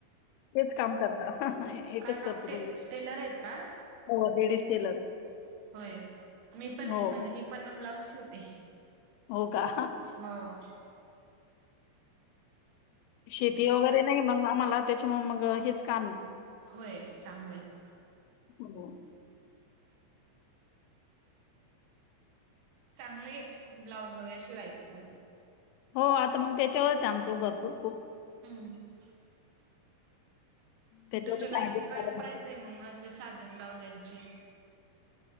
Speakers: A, on the left (about 85°); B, on the right (about 80°).
A: तेच काम करता एकच
B: काय काम
A: करतो दोघेपण
B: टे टेलर आहेत का
A: लेडीज टेलर.
B: होय मी पण आहे
A: हो.
B: म्हणजे मी पण ब्लाउज शिवते.
A: हो का?
B: हा.
A: शेती वगैरे नाही मग आम्हाला त्याच्यामुळे मग हेच काम आहे.
B: होय चांगलंय‌ हाय.
A: हो.
B: चांगले ब्लाउज वगैरे शिवायचे.
A: हो आता मग त्याच्यावरच आमचं भरपूर खूप
B: <inaudible>
A: त्याच्यावरच
B: तुमच्याकडे
A: ॲडजस्ट
B: काय
A: करायला
B: प्राईज
A: लागतं.
B: आहे मग, असे साधं ब्लाउजांची?